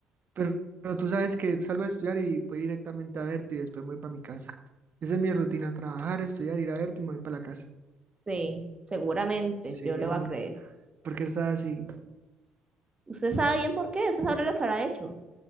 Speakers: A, on the right; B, on the right.
A: Pero, pero tú sabes que salgo a estudiar y voy directamente a verte y después me voy para mi casa. Esa es mi rutina, trabajar, estudiar, ir a verte y me voy para la casa.
B: Sí, seguramente,
A: Sí,
B: yo le
A: amor,
B: voy a creer.
A: porque está así?
B: Usted sabe bien por qué, usted sabe lo que habrá hecho.